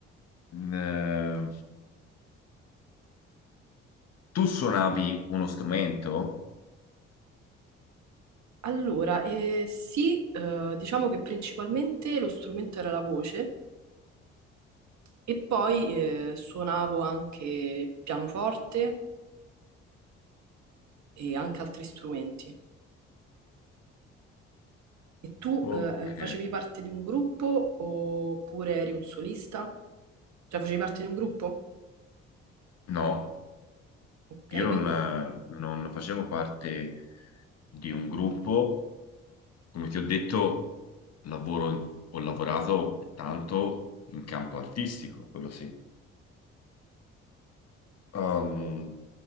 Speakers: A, on the left; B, on the right.
A: eh, tu suonavi uno strumento?
B: Allora, eh, sì, eh, diciamo che principalmente lo strumento era la voce e poi eh, suonavo anche pianoforte e anche altri strumenti. E tu
A: Ok,
B: eh, eh, facevi parte di un gruppo oppure eri un solista? Cioè facevi parte di un gruppo?
A: no,
B: Ok,
A: io
B: quindi
A: non, eh, non facevo parte di un gruppo, come ti ho detto, lavoro, ho lavorato tanto in campo artistico, quello sì. Ehm,